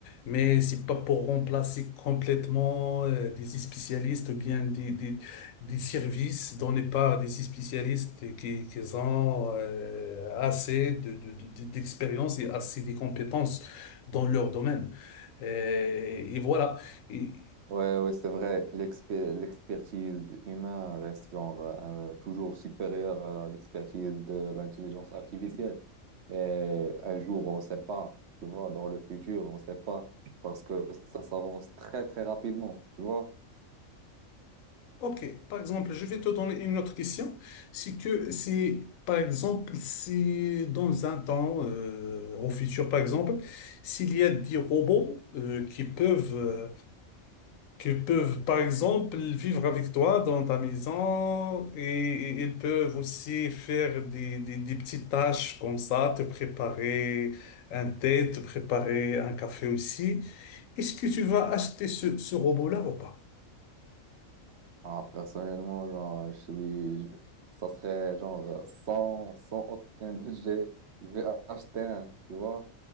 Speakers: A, on the left; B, on the right.
A: Mais c'est pas pour remplacer complètement euh, des spécialistes ou bien des, des, des services donnés par des spécialistes qui, qui ont euh, assez de, de- de- d'expérience et assez de compétences dans leur domaine. Et, et voilà. Et-
B: Ouais, ouais, c'est vrai, l'expé- l'expertise humaine reste genre euh, toujours supérieure à l'expertise de l'intelligence artificielle. Mais un jour, on ne sait pas, tu vois, dans le futur, on ne sait pas, parce que ça s'avance très, très rapidement, tu vois.
A: ok, par exemple, je vais te donner une autre question. C'est que c'est, par exemple, si dans un temps, euh, au futur, par exemple, s'il y a des robots euh, qui peuvent euh, qui peuvent, par exemple, vivre avec toi dans ta maison et et ils peuvent aussi faire des, des, des petites tâches comme ça, te préparer un thé, te préparer un café aussi. Est-ce que tu vas acheter ce, ce robot-là ou pas?
B: Ah, personnellement, genre, euh, je suis, je- ça serait genre euh, sans, sans aucun budget je vais a- acheter un, tu vois.